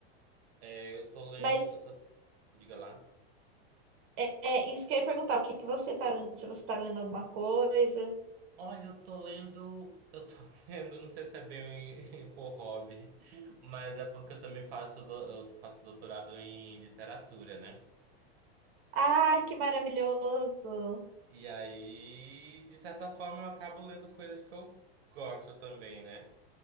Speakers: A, on the right; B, on the right.
A: É, eu tô lendo,
B: mas
A: eu tô... Diga lá.
B: É, é isso que eu ia perguntar, o que que você tá lendo? Se você tá lendo alguma coisa.
A: Olha, eu tô lendo, eu tô <laughs> lendo, não sei se é bem <laughs> por hobby, mas é porque eu também faço, do- eu faço doutorado em literatura, né?
B: Ah, que maravilhoso!
A: E aí, de certa forma, eu acabo lendo coisas que eu gosto também, né?